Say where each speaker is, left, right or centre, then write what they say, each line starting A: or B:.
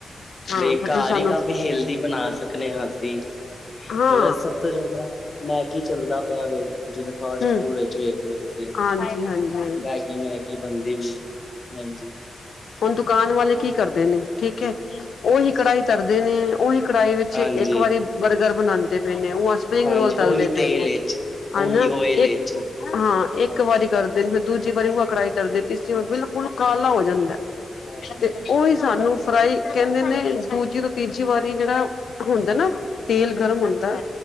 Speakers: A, on the left (about 70°); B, on the left (about 30°).
A: ਹਾਂ
B: ਬਈ
A: ਫਿਰ
B: ਘਰ
A: ਸਾਨੂੰ
B: ਹੀ ਕਾਫ਼ੀ ਹੈਲਦੀ ਬਣਾ ਸਕਦੇ ਹਾਂ ਅਸੀਂ
A: ਹਾਂ
B: ਮਤਲਬ ਸਭ ਤੋਂ ਜਿਆਦਾ ਮੈਗੀ ਚੱਲਦਾ ਪਿਆ ਵ ਜਿਵੇਂ ਫਾਸਟ
A: ਹੂੰ
B: ਫੂਡ ਵਿੱਚ ਵੇਖਲੋ ਤੁਸੀਂ
A: ਹਾਂਜੀ-ਹਾਂਜੀ, ਹਾਂਜੀ।
B: ਮ ਕਿ ਮੈਂ ਕੀ ਬੰਦੀ ਵੀ ਹ ਹਾਂਜੀ
A: ਹੁਣ ਦੁਕਾਨ ਵਾਲੇ ਕੀ ਕਰਦੇ ਨੇ ਠੀਕ ਹੈ ਉਹੀ ਕਢਾਈ ਤਰਦੇ ਨੇ ਉਹੀ ਕੜਾਹੀ ਵਿੱਚ
B: ਹਾਂਜੀ
A: ਇੱਕ ਵਾਰੀ ਬਰਗਰ ਬਣਾਉਂਦੇ ਪਏ ਨੇ, ਉਹ ਸਪਰਿੰਗ
B: ਹਾਂਜੀ
A: ਰੋਲ ਤਲਦੇ
B: ਉਹੀ
A: ਪਏ
B: ਤੇਲ
A: ਨੇ
B: ਵਿੱਚ
A: ਹਾਂਜੀ
B: ਉਹੀ ਓਇਲ
A: ਇੱਕ
B: ਵਿੱਚ
A: ਹਾਂ ਇੱਕ
B: ਹਾਂਜੀ
A: ਵਾਰੀ ਕਰ ਦੂਜੀ ਵਾਰੀ ਉਹ ਕੜਾਈ ਤਰਦੇ ਤੀਸਰੀ ਵਾਰ ਬਿਲਕੁਲ ਕਾਲਾ ਹੋ ਜਾਂਦਾ
B: ਹਾਂਜੀ
A: ਤੇ ਉਹੀ
B: ਹਾਂ
A: ਸਾਨੂੰ ਫਰਾਈ ਕਹਿੰਦੇ ਨੇ ਦੂਜੀ ਤੋਂ ਤੀਜੀ ਵਾਰੀ ਜਿਹੜਾ ਹੁੰਦਾ ਨਾ ਤੇਲ ਗਰਮ ਹੁੰਦਾ